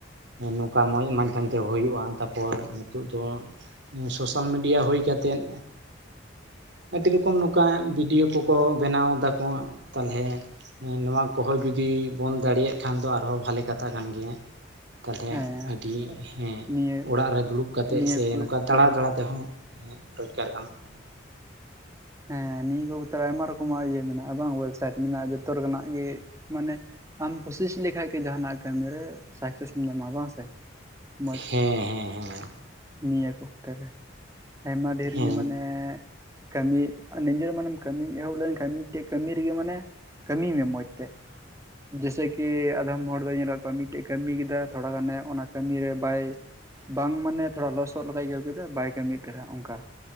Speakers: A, on the right; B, on the right.
A: ᱱᱚᱝᱠᱟ ᱢᱚᱸᱡᱽ ᱢᱟᱫᱽᱫᱷᱚᱢ ᱛᱮ ᱦᱩᱭᱩᱜᱼᱟ ᱛᱟᱯᱚᱨ ᱱᱤᱛᱳᱜ ᱫᱚ ᱥᱳᱥᱟᱞ ᱢᱤᱰᱤᱭᱟ ᱦᱩᱭ ᱠᱟᱛᱮᱜ ᱟᱹᱰᱤ ᱨᱚᱠᱚᱢ ᱱᱚᱝᱠᱟ ᱵᱷᱤᱰᱭᱳ ᱠᱚ ᱠᱚ ᱵᱮᱱᱟᱣ ᱫᱟᱠᱚ ᱛᱟᱦᱚᱞᱮ ᱦᱮᱸ ᱱᱚᱣᱟ ᱠᱚ ᱦᱚᱸ ᱡᱩᱫᱤ ᱵᱚᱱ ᱫᱟᱲᱮᱭᱟᱜ ᱠᱷᱟᱱ ᱫᱚ ᱟᱨ ᱦᱚᱸ ᱵᱷᱟᱞᱮ ᱠᱟᱛᱷᱟ ᱠᱟᱱ ᱜᱮᱭᱟ ᱛᱟᱦᱚᱞᱮ
B: ᱦᱮᱸ ᱦᱮᱸ
A: ᱟᱹᱰᱤ ᱦᱮᱸ
B: ᱱᱤᱭᱟᱹ
A: ᱚᱲᱟᱜ ᱨᱮ ᱫᱩᱲᱩᱵ ᱠᱟᱛᱮᱫ
B: ᱱᱤᱭᱟᱹ
A: ᱥᱮ
B: ᱠᱚ
A: ᱱᱚᱝᱠᱟ ᱫᱟᱬᱟ ᱫᱟᱬᱟ ᱛᱮ ᱦᱚᱸ ᱨᱚᱡᱽᱜᱟᱨ ᱜᱟᱱᱚᱜ ᱠᱟᱱᱟ
B: ᱦᱮᱸ ᱱᱤᱭᱟᱹ ᱠᱚᱵ ᱛᱚᱨ ᱟᱭᱢᱟ ᱨᱚᱠᱚᱢᱟᱜ ᱤᱭᱟᱹ ᱢᱮᱱᱟᱜᱼᱟ ᱵᱟᱝ ᱳᱭᱮᱵᱽᱥᱟᱭᱤᱴ ᱢᱮᱱᱟᱜᱼᱟ ᱡᱚᱛᱚᱱᱟᱜ ᱜᱮ ᱢᱟᱱᱮ ᱟᱢ ᱠᱥᱤᱥ ᱞᱮᱠᱷᱟᱡ ᱜᱮ ᱡᱟᱦᱟᱸᱱᱟᱜ ᱠᱟᱹᱢᱤ ᱨᱮ ᱥᱟᱠᱥᱮᱥᱮ ᱮᱢ ᱧᱟᱢᱟ ᱵᱟᱝ ᱥᱮ ᱢᱚᱡᱽ
A: ᱦᱮᱸ ᱦᱮᱸ ᱦᱮᱸ
B: ᱱᱤᱭᱟᱹ ᱠᱚ ᱚᱠᱛᱮ ᱨᱮ ᱟᱭᱢᱟ ᱰᱷᱮᱨ
A: ᱦᱮᱸ
B: ᱜᱮ ᱢᱟᱱᱮ ᱠᱟᱹᱢᱤ ᱟ ᱱᱤᱡᱮᱨ ᱢᱟᱱᱮᱢ ᱠᱟᱹᱢᱤ ᱮᱦᱚᱵ ᱞᱮᱱ ᱠᱷᱟᱱ ᱪᱮᱫ ᱠᱟᱹᱢᱤ ᱨᱮᱜᱮ ᱢᱟᱱᱮ ᱠᱟᱹᱢᱤ ᱢᱮ ᱢᱚᱡᱽ ᱛᱮ ᱡᱮᱥᱮ ᱠᱤ ᱟᱫᱷᱚᱢ ᱢᱚᱴ ᱵᱟᱭ ᱧᱮᱞᱚᱜᱼᱟ ᱠᱟ. ᱢᱤ ᱴᱮ ᱠᱟᱹᱢᱤ ᱠᱮᱫᱟ ᱛᱷᱚᱲᱟ ᱜᱟᱱᱮ ᱚᱱᱟ ᱠᱟᱹᱢᱤᱨᱮ ᱵᱟᱭ ᱵᱟᱝ ᱢᱟᱱᱮ ᱛᱷᱚᱲᱟ ᱞᱚᱥᱚᱫ ᱞᱮᱠᱟᱭ ᱟᱹᱭᱠᱟᱣ ᱠᱮᱫᱟ ᱵᱟᱭ ᱠᱟᱹᱢᱤ ᱮᱫ ᱛᱟᱦᱮᱸᱫ ᱚᱱᱠᱟ